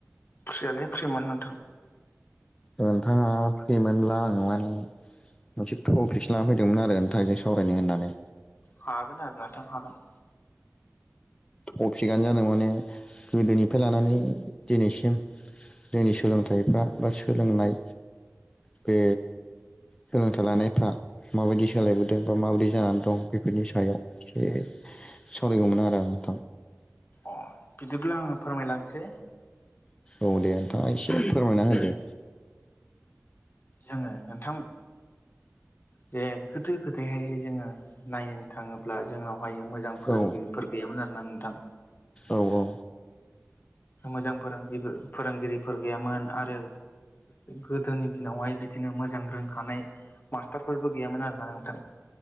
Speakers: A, on the left; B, on the left.
A: फ्रियालाय फ्रिमोन नोंथां।
B: नोंथाङा फ्रिमोनब्ला आङो माने मोनसे टपिकसो लानानै फैदोंमोन आरो नोंथां जों सावरायनो होननानै।
A: हागोन आरो नोंथां हागोन।
B: थफिखआनो जादों माने गोदोनिफ्राय लानानै दिनैसिम जोंनि सोलोंथाइफ्रा बा सोलोंनाय बे सोलोंथाइ लानायफ्रा माबायदि सोलायबोदों बा माबायदि जानानै दं बेफोरनि सायाव एसे सावरायगौमोन आरो आं।
A: अ बिदिब्ला आङो फोरमायलांसै।
B: औ दे नोंथाङा एसे फोरमायना होदो।
A: जोङो नोंथां। जे गोदो गोदायहाय जोङो नायनो थाङोब्ला जोंनावहाय मोजां फोरोंगिरिफोर
B: औ
A: गैय यामोन आरो ना नोंथां।
B: औ औ।
A: मोजां फोरों फोरोंगिरिफोर गैयामोन आरो गोदोनि दिन नावहाय बिदिनो मोजां रोंखानाय मास्टारफोरबो गैयामोन आरोना नोंथां। <inaudible>